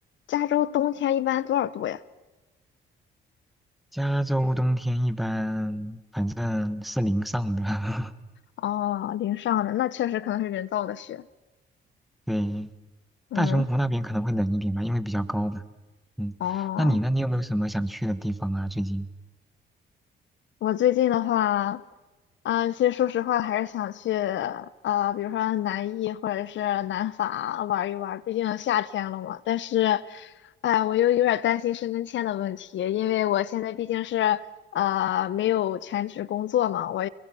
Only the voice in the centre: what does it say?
加州冬天一般，反正是零上的。<laughs>
对，
大熊湖那边可能会冷一点吧，因为比较高嘛。嗯，
那你呢？你有没有什么想去的地方啊？最近？